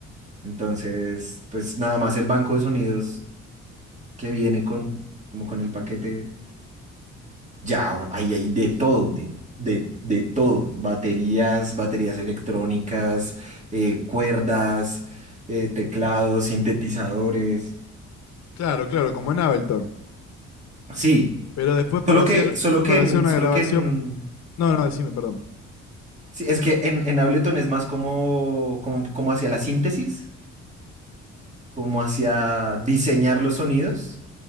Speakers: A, on the right; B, on the left.
A: Entonces, pues nada más el banco de sonidos que viene con, como con el paquete, ya ahí hay de todo, de, de, de todo. Baterías, baterías electrónicas, eh, cuerdas, eh, teclados, sintetizadores.
B: Claro, claro, como en Ableton.
A: Sí,
B: Pero después para
A: solo
B: hacer,
A: que, solo que
B: para
A: en,
B: hacer una
A: solo
B: grabación...
A: que en,
B: No, no, decime, perdón.
A: sí, es que en, en Ableton es más como, como, como hacia la síntesis. como hacia diseñar los sonidos.